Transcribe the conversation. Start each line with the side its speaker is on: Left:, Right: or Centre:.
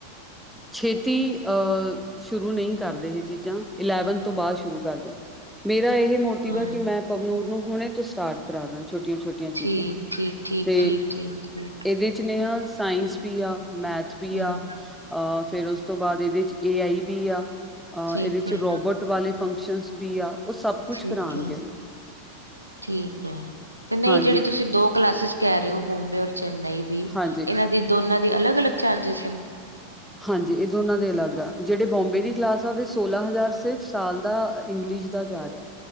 Centre: ਛੇਤੀ ਅਹ ਸ਼ੁਰੂ ਨਹੀਂ ਕਰਦੇ ਇਹ ਚੀਜ਼ਾਂ ਇਲੈਵਨ ਤੋਂ ਬਾਅਦ ਸ਼ੁਰੂ ਕਰਦੇ ਮੇਰਾ ਇਹ ਮੋ ਮੋਟਿਵ
Right: ਹਾਂ
Centre: ਹੈ ਕਿ ਮੈਂ ਪਵਨੂਰ ਨੂੰ ਹੁਣੇ ਤੋਂ ਸਟਾਰਟ ਕਰਾ ਦਾ ਛੋਟੀਆਂ ਛੋਟੀਆਂ ਚੀਜ਼ਾਂ
Right: ਠੀਕ ਠੀਕ ਠੀਕ
Centre: ਤੇ
Right: ਠੀਕ ਠੀਕ ਠੀਕ
Centre: ਇਹਦੇ ਚ ਨੇਹਾ ਸਾਇੰਸ ਵੀ ਆ ਮੈਥ ਵੀ
Right: ਹਮ
Centre: ਆ ਹਾਂ ਫਿਰ ਉਸ ਤੋਂ ਬਾਅਦ ਇਹਦੇ ਚ ਏ ਆਈ ਬੀ ਆ ਆ
Right: ਠੀਕ
Centre: ਇਹਦੇ ਚ
Right: ਹੈ
Centre: ਰੋਬਰਟ ਵਾਲੇ ਫੰਕਸ਼ਨ ਵੀ ਆ ਉਹ ਸਭ ਕੁਛ
Right: ਠੀਕ
Centre: ਕਰਾਣਗੇ
Right: ਹੈ ਠੀਕ ਹੈ ਤੇ ਨਹੀਂ
Centre: ਹਾਂਜੀ।
Right: ਜਿਹੜੀ ਤੁਸੀਂ ਦੋ ਕਲਾਸਿਸ ਕਹਿ ਰਹੇ ਹੋ ਬੁੰਬੇ ਔਰ ਚੈਨਈ ਦੀ
Centre: ਹਾਂਜੀ,
Right: ਇਹਨਾਂ ਦੀ ਦੋਨਾਂ ਦੀ ਅਲੱਗ ਅਲੱਗ ਚਾਰਜਿਸ ਹੈ।
Centre: ਹਾਂਜੀ ਇਹ ਦੋਨਾਂ ਦੇ ਅਲੱਗ ਆ ਜਿਹੜੇ ਬੁੰਬੇ ਦੀ ਕਲਾਸ ਸੋਲਾਂ ਹਜ਼ਾਰ ਸਿਰਫ ਸਾਲ ਦਾ ਇੰਗਲਿਸ਼ ਦਾ ਜਾ ਰਿਹਾ